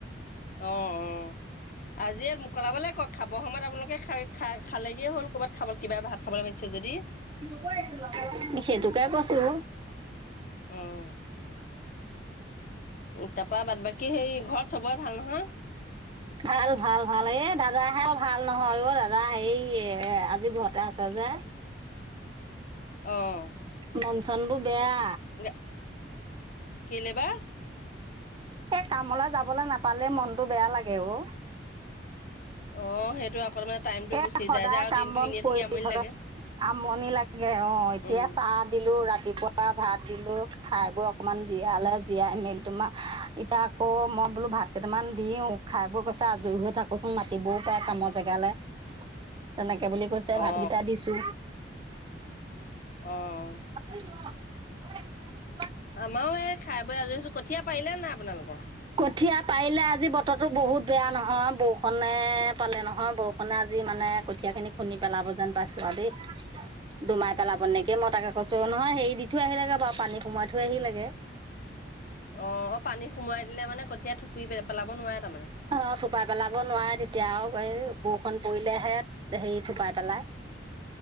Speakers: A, on the left (about 50°); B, on the right (about 25°).
A: অ', অ', আজিয়ে মোকলাবলৈ কওক খাব সময়ত আপোনালোকে খাই-খা-খালেগেই হ'ল ক'বাত খাব কিবা ভাত খাবলৈ মাতিছে যদি।
B: <unintelligible> সেইটোকে কৈছোঁ।
A: উম, তাপা বাদ বাকী হেই ঘৰত চবৰে ভাল নহয়? <inaudible>
B: ভাল-ভাল-ভাল এ দাদাহে ভাল নহয় অ, দাদা হেই এ আজি ঘৰতে আছে যে।
A: অ',
B: মন চনবোৰ বেয়া।
A: <unintelligible> কেলে বা?
B: এ কামলৈ যাবলৈ নাপালে মনটো বেয়া লাগে অ,
A: অ, সেইটো <unintelligible>
B: এ সদায়
A: যায় যে আৰু
B: কাম
A: দিনটো
B: বন
A: এনেই থাকি
B: কৰি
A: আমনি
B: ধৰা
A: লাগে
B: আমনি লাগে অ, এতিয়া
A: উম
B: চাহ দিলো ৰাতিপুৱা পুৱা ভাত দিলো খাই বৈ অকনমান জীয়ালে জীয়াই মেলি তোমাৰ এতিয়া আকৌ মই বোলো ভাত কেইটামান দিওঁ খাই বৈ কৈছে আজৰি হৈ থাকোঁচোন মাতিবও পাৰে কামৰ জেগালে। তেনেকে বুলি কৈছে ভাতকেইটা
A: অ
B: দিছো
A: অ',
B: <unintelligible>
A: আমাৰো এই খাই বৈ আজৰি হৈছো কঠীয়া পাৰিলে নে নাই আপোনালোকৰ?
B: কঠীয়া পাৰিলে আজি বতৰতো বহুত বেয়া নহয় বৰষুণে পালে নহয় বৰষু ষুণে আজি মানে কঠীয়া খিনি খুন্দি পেলাব যেন পাইছো আৰু দেই। দুুমাই পেলাব নেকে মই তাকে কৈছো নহয় হেৰি দি থৈ আহিলেগে বাৰু পানী সোমাই থৈ আহি লেগে।
A: অ-অ! পানী সোমোৱাই দিলে মানে কঠীয়া থুপি পেলাব নোৱাৰে তাৰমানে?
B: অঁ! থোপা পেলাব নোৱাৰে তেতিয়া আৰু এই বৰষুণ পৰিলেহে হেৰি থোপাই পেলাই।